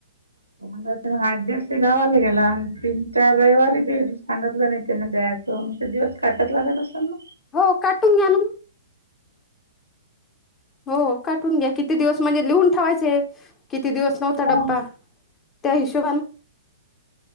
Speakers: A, on the right; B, on the left.
A: <unintelligible> गावाला गेला तीन चार रविवारी <unintelligible> त्या म्हे दिवस काटत लागत असेल ना
B: हो काटून घ्या ना मग हो काटून घ्या किती दिवस म्हणजे लिहून ठेवायचे किती दिवस नव्हता
A: मग
B: डब्बा त्या हिशोबाला